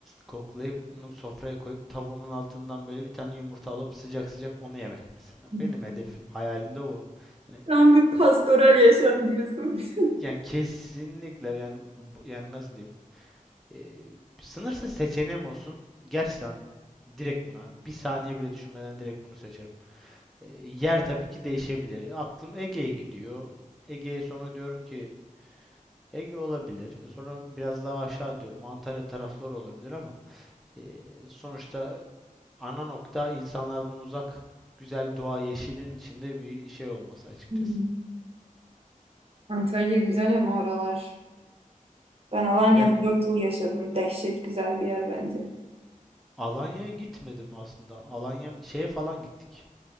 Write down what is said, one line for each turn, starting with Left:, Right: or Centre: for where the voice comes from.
Centre: koklayıp onu sofraya koyup tavuğumun altından böyle bir tane yumurta alıp sıcak sıcak onu yemek mesela.
Right: <laughs>
Centre: Benim hedefim, hayalim de bu. Yani
Right: Tam bir pastoral yaşam diyorsun. <laughs>
Centre: Yani kesinlikle yani bu- yani nasıl diyeyim eee, sınırsız seçeneğim olsun gerçekten direkt buna bir saniye bile düşünmeden direkt bunu seçerim. Eee, yer tabii ki değişebilir. Aklım Ege'ye gidiyor. Ege'ye sonra diyorum ki Ege olabilir. E, Sonra biraz daha aşağı diyorum Antalya tarafları olabilir ama eee, sonuçta ana nokta insanlardan uzak güzel doğa yeşilin içinde bir şey olması açıkçası.
Right: Hmm. Antalya güzel ama oralar. Ben Alanya'da
Centre: Yani
Right: 4 yıl yaşadım. Dehşet güzel bir yer bence.
Centre: Alanya'ya gitmedim aslında. Alanya şeye falan gittik.